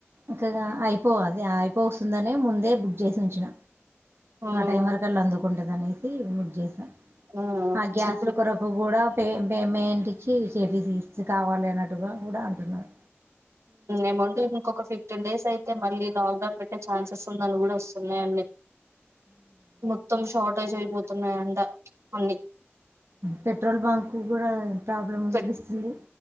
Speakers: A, on the right; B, on the right.
A: ఇంకాగా అయిపోవు అది అయిపో వస్తుందనే ముందే బుక్ చేసి ఉంచిన
B: ఉమ్
A: ఆ టైం వరకు అలా అందుకు <unintelligible> టది అనేసి బుక్ చేసా
B: ఉమ్
A: ఆ గ్యాస్
B: ఇప్పుడు
A: లో కొరకు కూడా పే పేమెంట్ ఇచ్చి చేపిసి ఇ కావాలి అన్నట్టుగా కూడా అంటున్నారు
B: ఏమౌంటే ఇంకొక ఫిఫ్టీన్ డేస్ అయితే మళ్ళీ లాక్డౌన్ పెట్టే ఛాన్సెస్ ఉందని కూడా వొస్తున్నాయండీ మొత్తం షార్టేజీ అయిపో పోతునయాంట అన్ని <unintelligible>
A: పెట్రోల్ బంక్ కు కూడా ప్రాబ్లం
B: పె
A: చూపిస్తుంది